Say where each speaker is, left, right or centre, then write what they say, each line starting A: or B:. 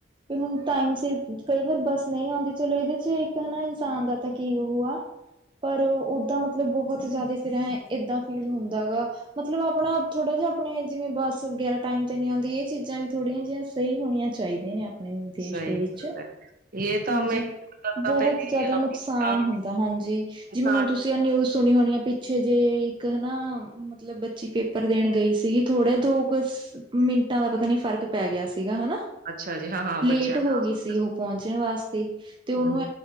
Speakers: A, on the right; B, on the right.
A: ਵੀ ਹੁਣ ਟਾਈਮ ਸਿਰ ਕਈ ਵਾਰ ਬੱਸ ਨਹੀਂ ਆਉਂਦੀ ਚਲੋ ਇਹਦੇ ਚ ਇੱਕ ਹਨਾ ਇਨਸਾਨ ਦਾ ਤਾਂ ਕੀ ਉਹ ਆ ਪਰ ਓਦਾਂ ਮਤਲਬ ਬਹੁਤ ਜ਼ਿਆਦਾ ਫਿਰ ਐ ਏਦਾਂ ਫੀਲ ਹੁੰਦਾ ਗਾ ਮਤਲਬ ਆਪਣਾ ਥੋੜਾ ਜਿਹਾ ਆਪਣੇ ਜਿਵੇਂ ਬੱਸ ਵਗੈਰਾ ਟਾਈਮ ਤੇ ਨੀ ਆਉਂਦੀ ਇਹ ਚੀਜ਼ਾਂ ਵੀ ਥੋੜੀਆਂ ਜਿਹੀ ਸਹੀ ਹੋਣੀਆਂ ਚਾਹੀਦੀਆਂ ਨੇ ਆਪਣੇ ਦੇਸ਼
B: ਸਹੀ
A: ਦੇ ਵਿੱਚ
B: ਗੱਲ ਹੈ ਇਹ ਤਾਂ
A: ਹਾਂਜੀ
B: ਮੈਂ ਤਾਂ
A: ਬਹੁਤ
B: ਪਹਿਲੇ
A: ਜ਼ਿਆਦਾ
B: ਇਨਸਾਨ
A: ਨੁਕਸਾਨ ਹੁੰਦਾ ਹਾਂਜੀ
B: ਇਨਸਾਨ
A: ਜਿਵੇਂ ਹੁਣ ਤੁ ਨਿਊਜ਼ ਸੁਣੀ ਹੋਣੀ ਆ ਪਿੱਛੇ ਜੇ ਇੱਕ ਹਨਾ। ਮਤਲਬ ਬੱਚੀ ਪੇਪਰ ਦੇਣ ਗਈ ਸੀਗੀ ਥੋੜੇ ਦੋ ਕੁ ਮਿੰਟਾਂ ਦਾ ਪਤਾ ਨੀ ਫ਼ਰਕ ਪੈ ਗਿਆ ਸੀ। ਹਾ
B: ਅੱਛਾ ਜੀ ਹਾਂ ਹਾਂ
A: ਲੇਟ
B: ਬੱਚਿਆਂ
A: ਹੋ
B: ਦਾ
A: ਗਈ ਸੀ, ਉਹ ਪਹੁੰਚਣ ਵਾਸਤੇ ਤੇ ਉਹਨੂੰ।
B: ਹਾਂ,